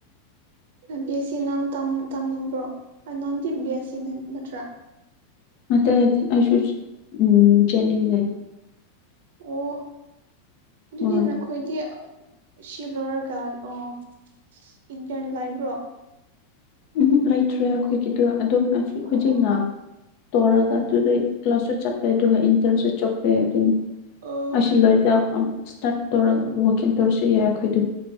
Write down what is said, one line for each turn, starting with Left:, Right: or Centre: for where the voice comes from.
Right: B S C ꯅꯥꯟ ꯇꯝ ꯇꯝꯅꯤꯡꯕ꯭ꯔꯣ ꯑꯅꯪꯗꯤ ꯕꯤ ꯑꯦꯁ ꯁꯤ ꯅꯦ ꯅꯠꯇ꯭ꯔ
Left: ꯅꯠꯇꯦ ꯑꯩꯁꯨ ꯎꯝ ꯖꯦꯅꯤꯝꯅꯦ
Right: ꯑꯣ ꯑꯗꯨꯗꯤ
Left: ꯎꯝ
Right: ꯅꯈꯣꯏꯗꯤ ꯑ ꯁꯤ ꯂꯣꯏꯔꯒ ꯑꯣ ꯏꯟꯇꯔꯟ ꯂꯩꯕ꯭ꯔꯣ
Left: ꯎꯝꯍꯝ ꯂꯩꯇ꯭ꯔꯦ ꯑꯈꯣꯏꯒꯤꯗꯣ ꯑꯗꯨꯝ ꯑꯁꯤ ꯍꯧꯖꯤꯛꯅ
Right: ꯑꯣ ꯑꯣ
Left: ꯇꯧꯔꯒ ꯗꯨꯗꯩ ꯀ꯭ꯂꯥꯁꯁꯨ ꯆꯞꯄꯦ ꯑꯗꯨꯒ ꯏꯟꯇ꯭ꯔꯟꯁꯨ ꯆꯣꯞꯄꯦ ꯑꯗꯨꯅꯤ
Right: ꯑꯣ
Left: ꯑꯁꯤ ꯂꯣꯏꯗ ꯑꯝ ꯁ꯭ꯇꯥꯔꯠ ꯇꯧꯔꯒ ꯋꯥꯛꯏꯟ ꯇꯧꯔꯁꯨ ꯌꯥꯏ ꯑꯈꯣꯏꯗꯨ